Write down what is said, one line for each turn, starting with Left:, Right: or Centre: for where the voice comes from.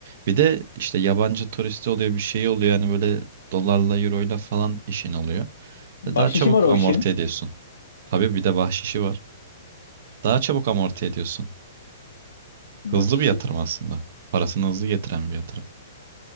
Right: Bir de işte yabancı turisti oluyor bir şey oluyor yani böyle dolarla euroyla falan işin oluyor.
Left: Bahşişi
Right: Ve Daha çabuk
Left: var o
Right: amorti
Left: işin.
Right: ediyorsun. Tabii bir de bahşişi var. Daha çabuk amorti ediyorsun.
Left: Bahşişi
Right: Hızlı bir yatırım aslında. Parasını hızlı getiren bir yatırım.